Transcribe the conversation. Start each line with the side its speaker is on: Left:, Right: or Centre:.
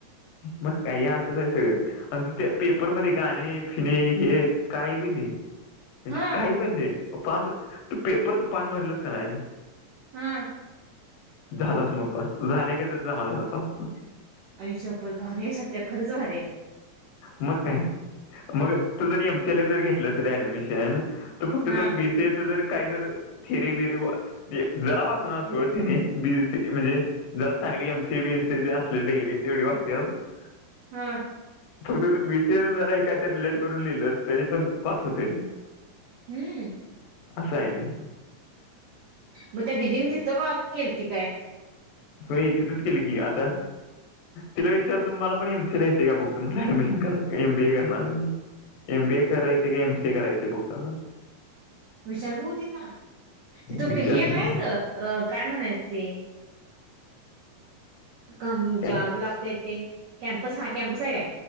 Left: मग काही असंच आहे सगळं आणि त त्या पेपरमध्येध गाणी फिनी हे काय बि ली म्हणजे
Right: हा.
Left: काही पण दे पास तू पेपर तर पान भरलस का नाही.
Right: हा.
Left: झालंच मग पास झाल्यागत ते जमा झालं पास
Right: आई शपथ भारी सत्या खरंच भारी आहे.
Left: मग काय मग तू जर एमसील जर घेतलं अस ऍडमिशन तर फक्त
Right: हा.
Left: तर बीसी एच जर काय जर थेरी बिरी ते जरा वाचणार सोड त्यांनी बी सी ए म्हणजे जरा चांगली एम सीए बीसी असले डिग्री तेवढी वाचतेत.
Right: हम.
Left: फक्त बी सी ए जरा काहीत रिलेट करून लिहिलं अस तरी पण पास होतय.
Right: हम्म.
Left: असं आहे.
Right: मग त्या दिदीनी तिथं वा केली त काय?
Left: हो तिथंच केली की आता तिला विचार तुम्हाला पण एम सी ला येते का बु तुम्हाला ऍडमिशन करा एम बीए करणार आहे मी एम बी ए काराये का एम सी काराये बघतात.
Right: विचार बघती ना तिथ
Left: विचारतो
Right: हे आहे काय म्हणायचं ते क
Left: काय
Right: जॉब लागतेय ते कॅम्पस हा कॅम्पस आहे काय?